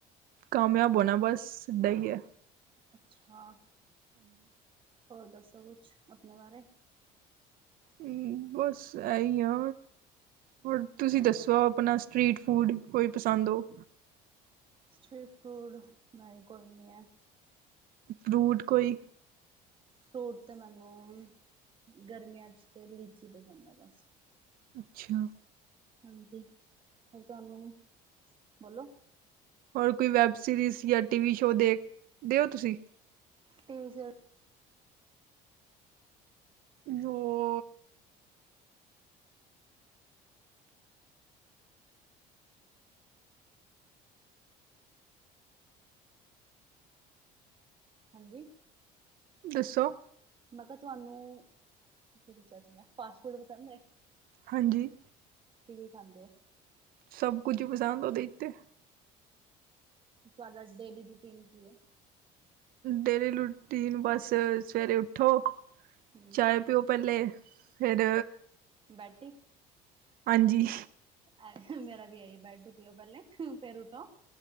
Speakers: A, on the right; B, on the right.
A: ਕਾਮਯਾਬ ਹੋਣਾ ਬਸ ਸਿੱਧਾ ਈ ਐ।
B: ਅੱਛਾ, ਹੋਰ ਦੱਸੋ ਕੁਛ ਅਪਣੇ ਬਾਰੇ
A: ਹੂੰ, ਬਸ ਇਹੀ ਆ। ਹੋਰ ਤੁਸੀਂ ਦੱਸੋ, ਅਪਣਾ ਸਟ੍ਰੀਟ ਫੂਡ ਕੋਈ ਪਸੰਦ ਓ?
B: ਸਟ੍ਰੀਟ ਫੂਡ ਬਾਈ ਕੋਈ ਨੀ ਐ।
A: ਫਰੂਟ ਕੋਈ
B: ਫਰੂਟ ਤਾਂ ਮੈਨੂੰ ਗਰਮੀਆਂ ਚ ਤੇ ਲੀਚੀ ਪਸੰਦ ਐ ਬਸ।
A: ਅੱਛਾ।
B: ਹਾਂਜੀ, ਹੋਰ ਤੁਆਨੂੰ ਬੋਲੋ।
A: ਹੋਰ ਕੋਈ ਵੈੱਬ ਸੀਰੀਜ਼ ਯਾ ਟੀ ਵੀ ਸ਼ੋਅ ਦੇਖ ਦਿਓ ਤੁਸੀਂ?
B: ਤੇ <unintelligible>
A: ਰ <unintelligible>
B: ਹਾਂਜੀ।
A: ਦੱਸੋ?
B: ਮੈਂ ਕਿਆ ਤੁਆਨੂੰ ਕੀ ਪੁਛਯਾ ਸੀ ਮੈ ਫਾਸਟ ਫੂਡ ਪਸੰਦ ਐ।
A: ਹਾਂਜੀ।
B: ਕੀ-ਕੀ ਖਾਂਦੇ ਓ।
A: ਸਭ ਕੁਝ ਪਸੰਦ ਓਦੇ ਤੇ।
B: ਤੁਆਢਾ ਡੇਲੀ ਰੂਟੀਨ ਕੀ ਐ।
A: ਡੇਰੇ ਲੁਟੀਨ ਬਸ ਸਵੇਰੇ ਉੱਠੋ।
B: ਹਮ
A: ਚਾਹ ਪਿਓ ਪਹਿਲੇ ਫਿਰ
B: ਹਾਂਜੀ ਬੈਟੀ
A: ਹਾਂਜੀ
B: ਆ ਮੇਰਾ ਵੀ ਆਈ ਐ, ਬੈਡ ਟੀ ਪੀਓ ਪਹਿਲੇ, ਫੇਰ ਉਠੋ।